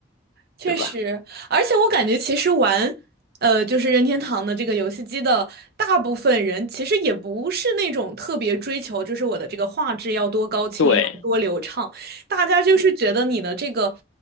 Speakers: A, on the right; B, on the left.
A: 确实，
B: 对吧？
A: 而且我感觉其实玩，呃，就是任天堂的这个游戏机的大部分人，其实也不是那种特别追求，就是我的这个画质要多高清要
B: 对
A: 胖，大家就是觉得你的这个，